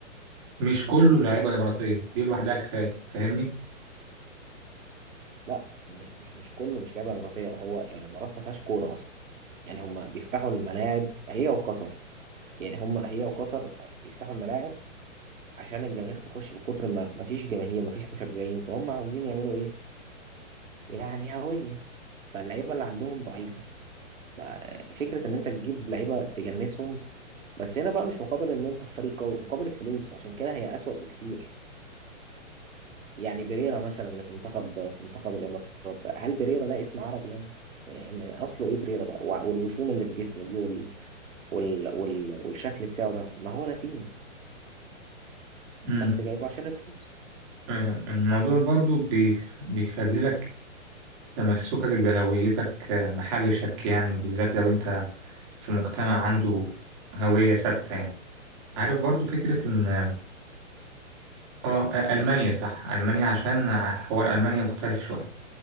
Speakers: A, on the right; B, on the right.
A: مش كله لعيبة إماراتية دي لوحدها كفاية فاهمني؟
B: لا م- مش مش كله مش لعيبة اماراتية هو يعني الامارات ما فيهاش كورة اصلا يعني هم بيفتحوا الملاعب هي وقطر يعني هم هي وقطر بيفتحوا الملاعب عشان الجماهير تخش بكتر ما مفيش جماهير مفيش مشجعين فهم عاوزين يعملوا ايه يعني هوية فاللعيبة اللي عندهم ضعيفة ففكرة ان انت تجيب لعيبة تجنسهم بس هنا بقى مش مقابل ان انت فريق قوي مقابل الفلوس عشان كده هي أسوأ بكتير يعني بيريرا مثلا اللي في منتخب في منتخب الامارات ده هل بيريرا ده اسم عربي يعني يعني اصله ايه بريرا ده وع- والوشوم اللي في جسمه دي وال... وال... وال... والشكل بتاعه ده ما هو لاتيني
A: مم.
B: بس جايبه عشان الفلوس
A: آه، الموضوع برضو بي- بيخلي لك تمسكك بهويتك آه، محل شك يعني بالذات لو انت في مجتمع عنده هوية ثابتة يعني عارف برضو فكرة ان اه آه، ألمانيا صح ألمانيا عشان حوار ألمانيا مختلف شوية